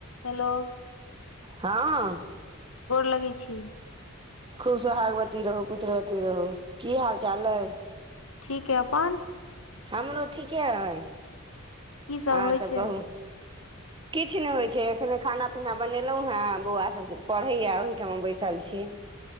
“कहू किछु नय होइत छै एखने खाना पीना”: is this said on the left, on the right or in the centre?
Right